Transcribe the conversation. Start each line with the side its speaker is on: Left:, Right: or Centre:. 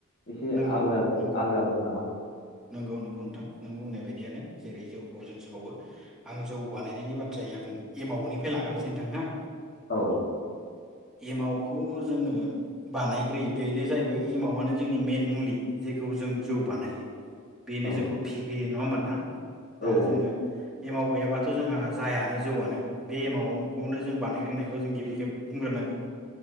Left: एसे
Centre: नंगौ
Left: आलादा जायो
Centre: नंगौ
Left: आलागाफोर नामा?
Centre: नंगौ नंगौ नोंथां नों बुंनाय बायदियानो जेरै जौखौ जों सावो आं जौ बानायनायनि बाथ्राय आं एमावनिफ्राय लाग्रोनोसै नोंथां हो
Left: औ औ
Centre: एमावखौ जोङो बानायग्रोयो बेनो जाहैबाय एमावानो जोंनि मेन मुलि जेखौ जों जौ बानायो । बेनो
Left: औ
Centre: जोंखौ फिहोयो नङा होमबा नोंथां?
Left: औ
Centre: दा जोङो एमाव गैयाबाथ' जोंहा जायानो जौआनो बे एमावखौनो जों बानायग्रोनायखौ जों गिबि खेब बुंग्रोनांगोन